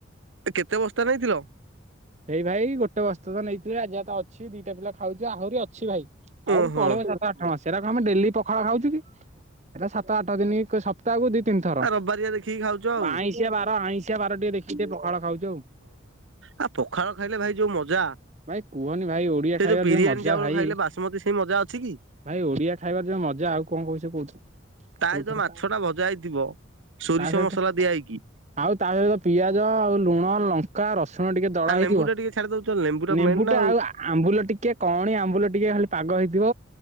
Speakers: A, on the right; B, on the right.
A: କେତେ ବସ୍ତା ନେଇଥିଲ?
B: ଏଇ ଭାଇ ଗୋଟେ ବସ୍ତା ତ ନେଇଥିଲେ ଆଜି ଯାତେ ଅଛି ଦିଟା ପିଲା ଖାଉଛୁ ଆହୁରି ଅଛି ଭାଇ। ଆଉରି
A: ଓହୋ
B: ପଳେଇବ ସାତ ଆଠ ମାସେ ସେରାକ ଆମେ ଡେଲି ପଖାଳ ଖାଚୁ କି। ଏଇରା ସାତ ଆଠ ଦିନ ସପ୍ତାହକୁ ଦି ତିନି ଥର।
A: ଆ ରବିବାରିଆ ଦେଖିକି ଖାଉଛ ଆଉ
B: ଆଇଁସିିଆ ବାର ଆଇଁସିିଆ ବାର ଟିକେ ଦେଖିକି ଟିକେ ପଖାଳ ଖାଉଛୁ ଆଉ।
A: ଆ ପଖାଳ ଖାଇଲେ ଭାଇ ଯୋଉ ମଜା
B: ଭାଇ କୁହନି ଭାଇ ଓଡିଆ
A: ସେ
B: ଖାଇବାର
A: ଯୋଉ ବିରିୟାନୀ
B: ମଜା
A: ଚାଉଳ
B: ଭାଇ
A: ଖାଇଲେ ବାସମତୀ ସେଇ ମଜା ଅଛି କି?
B: ଭାଇ ଓଡିଆ ଖାଇବାର ଯୋଉ ମଜା ଆଉ କଣ କହୁଛ କହୁଛ
A: ତାହି
B: କୋଉଥରେ
A: ତ ମାଛ ଟା ଭଜା ହେଇଥିବ ସୋରିଷ
B: ତା ସହିତ
A: ମସଲା ଦିଆ ହେଇକି
B: ଆଉ ତା ସହିତ ପିଆଜ ଆଉ ଲୁଣ ଲଙ୍କା ରସୁ ଟିକେ ଦଳା
A: ଆଉ ଲେମ୍ବୁ
B: ହେଇଥିବ
A: ଟା ଟିକେ ଛାଡି ଦଉଛ ଲେମ୍ବୁ
B: ନେମ୍ବୁ
A: ମେନ୍ ନା
B: ଟା ଆଉ ଆମ୍ବୁଲ ଟିକେ କଣି ଆମ୍ବୁଲ ଟିକେ ଖାଲି ପାଗ ହେଇଥିବ